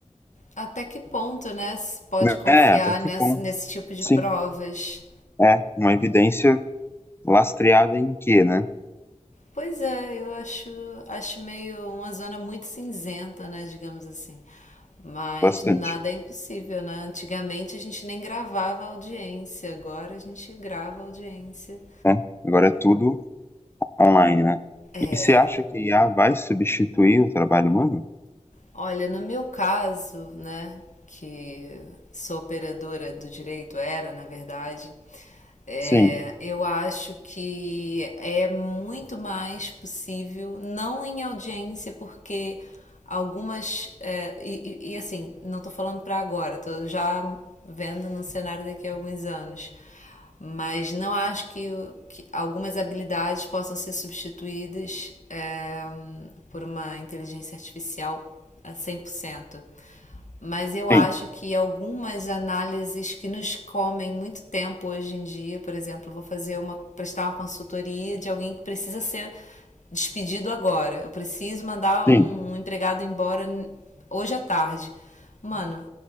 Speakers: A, on the left; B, on the left.
A: até que ponto, né? Se pode
B: né,
A: confiar
B: até que
A: nesse,
B: ponto,
A: nesse tipo de
B: sim,
A: provas?
B: é uma evidência lastreada em quê, né?
A: Pois é, eu acho, acho meio uma zona muito cinzenta, né, digamos assim. Mas
B: Bastante,
A: nada é impossível, né? Antigamente a gente nem gravava audiência, agora a gente grava audiência.
B: né? Agora é tudo online, né?
A: É,
B: E você acha que I a vai substituir o trabalho humano?
A: Olha, no meu caso, né, que sou operadora do direito, era na verdade, é,
B: Sim,
A: eu acho que é muito mais possível, não em audiência, porque algumas. é, e, e- e, assim, não estou falando para agora, estou já vendo no cenário daqui a alguns anos mas não acho que, que algumas habilidades possam ser substituídas é, por uma inteligência artificial a 100%. Mas eu
B: sim,
A: acho que algumas análises que nos comem muito tempo hoje em dia, por exemplo, eu vou fazer uma prestar uma consultoria de alguém que precisa ser despedido agora. Eu preciso mandar
B: sim,
A: um um empregado embora hoje à tarde. Mano,